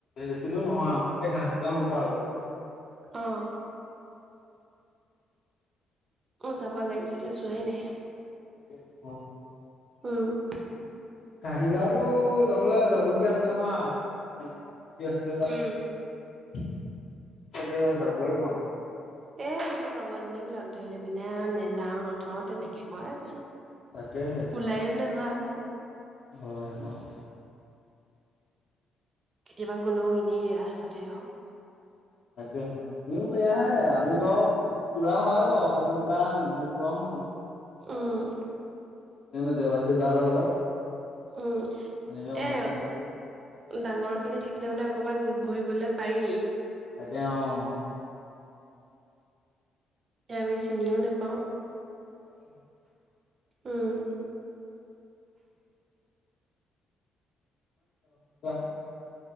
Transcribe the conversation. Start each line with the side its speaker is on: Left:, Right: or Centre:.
Left: বেছি দূৰ নহয় এক ঘাহি গাও নোপোৱা আৰু।
Right: অহ', অহ ', যাব লাগিছিলে যোৱাই নাই।
Left: তাকেই অহ ',
Right: উম,
Left: কাহিগাওতো যাবলৈ যাবলগীয়া আছিলে আমাৰ মানে। কি আছিলে তাত
Right: উম
Left: তাকে যাবই পৰা নাই।
Right: এই, মোৰ লগৰজনীক লগ ধৰিলে মানে নেযাও নথও তেনেকে কয়।
Left: তাকেহে
Right: ওলাইও নাযাও হয়
Left: হয়, অহ',
Right: কেতিয়াবা গ'লেও এনেই ৰাস্তাতে আৰু।
Left: তাকে হে আমিও সৈ আহে, আমি বাও পুৰা হয় বাৰু ইমান এটা নোপোৱাও নহয়।
Right: উম,
Left: এ দেৱাশীস দা হতৰ লগত।
Right: উম,
Left: এনেকে অৰুণাচল
Right: এ
Left: চাইডে
Right: ডাঙৰ খিনি থাকিলে মানে অকমান বহিবলৈ পাৰি।
Left: তাকে অহ',
Right: এ আমি চিনিও নেপাওঁ।
Left: <inaudible>
Right: উম।
Left: <unintelligible>